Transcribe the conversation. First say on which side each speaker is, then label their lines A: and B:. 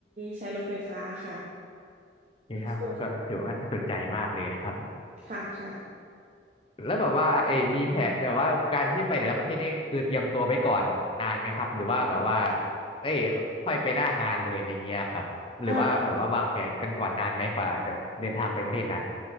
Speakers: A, on the right (about 40°); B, on the left (about 30°).
A: ใช้รถไฟฟ้าค่ะ
B: โอเคครับมันก็ถือว่าน่าสนใจมากเลยนะครับ
A: ส่วนค่ะค่ะ
B: แล้วแบบว่าเอยมีแผนแบบว่าการที่ไปแต่ละประเทศนี่คือเตรียมตัวไว้ก่อนนานไหมครับหรือว่าแบบว่าเอ้ยค่อยไปหน้างานเลยอะไรเงี้ยครับหรือว่าแบบว่าวางแผนกันก่อนนานไหมกว่าจะเดินทางไปประเทศนั้น
A: เอ่อ